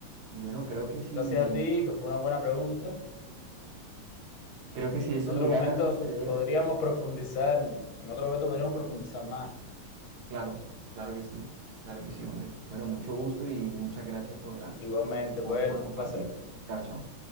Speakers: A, on the right; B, on the left.
A: Y bueno, creo que si,
B: Gracias a ti, que fue una buena pregunta.
A: creo que si eso
B: En otro
A: llegara
B: momento
A: a suceder,
B: podríamos profundizar, en otro momento podríamos profundizar más.
A: claro, claro que sí, claro que sí, hombre. Bueno, mucho gusto y muchas gracias por la,
B: Igualmente,
A: por,
B: bueno,
A: por compartir.
B: un placer.
A: Chao, chao.